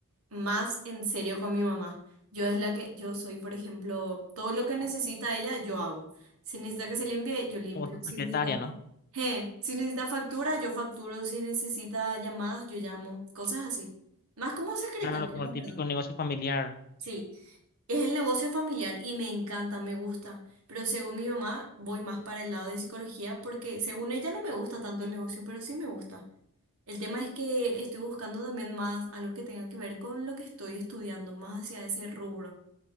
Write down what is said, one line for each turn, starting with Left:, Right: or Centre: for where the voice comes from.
Right: más en serio con mi mamá. Yo es la que, yo soy, por ejemplo, todo lo que necesita ella, yo hago. Si necesita que se limpie, yo limpio.
Left: Como su
Right: Si
Left: secretaria,
Right: necesita, fa-
Left: ¿no?
Right: je, si necesita factura, yo facturo. Si necesita llamadas, yo llamo. Cosas así. Más como secretaria,
Left: Claro, como
Right: la
Left: el típico
Right: verdad.
Left: negocio familiar.
Right: Sí, es el negocio familiar y me encanta, me gusta. Pero según mi mamá, voy más para el lado de psicología porque según ella no me gusta tanto el negocio, pero sí me gusta. El tema es que estoy buscando también más algo que tenga que ver con lo que estoy estudiando, más hacia ese rubro.